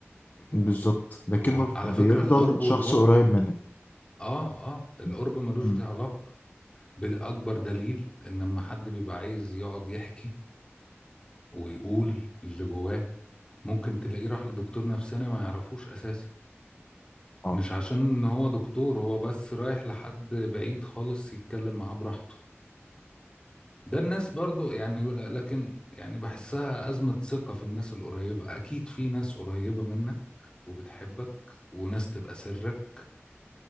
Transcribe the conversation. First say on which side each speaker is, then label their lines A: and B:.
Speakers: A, on the left (about 40°); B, on the left (about 20°).
A: بالظبط لكنه
B: هو على
A: بيفضل
B: فكرة القرب والبعد
A: شخص قريب منك
B: اه اه القرب
A: مم،
B: ملوش
A: مم،
B: ده علاقة بأكبر دليل ان لما حد بيبقى عايز يقعد يحكي ويقول اللي جواه ممكن تلاقيه راح لدكتور نفساني ما يعرفوش اساسا
A: اه
B: مش عشان ان هو دكتور هو بس رايح لحد بعيد خالص يتكلم معاه براحته ده الناس برضو يعني لكن يعني بحسها أزمة ثقة في الناس القريبة أكيد في ناس قريبة منك وبتحبك وناس تبقى سرك